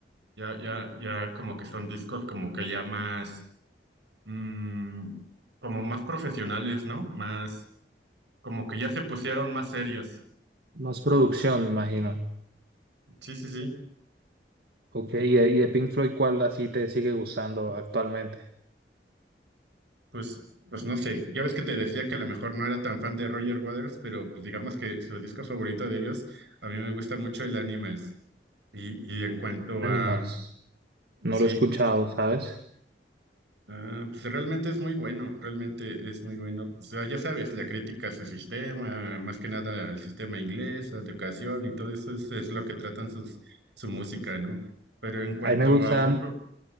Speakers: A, on the right; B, on the right.
A: Ya, ya, ya como que son discos como que ya más, mm, como más profesionales, ¿no? Más, como que ya se pusieron más serios.
B: Más producción, me imagino.
A: Sí, sí, sí.
B: Ok, y de, y de Pink Floyd, ¿cuál así te sigue gustando actualmente?
A: Pues, pues no sé. Ya ves que te decía que a lo mejor no era tan fan de Roger Waters, pero pues digamos que su disco favorito de ellos, a mí me gusta mucho el Animals. Y, y en cuanto
B: Animals.
A: a,
B: No
A: sí,
B: lo he escuchado, ¿sabes?
A: Ah, pues realmente es muy bueno, realmente es muy bueno. O sea, ya sabes, la crítica a su sistema, más que nada al sistema inglés, a educación y todo eso es, es lo que tratan sus, su música, ¿no? Pero en cuanto
B: A mí me gusta
A: a la época,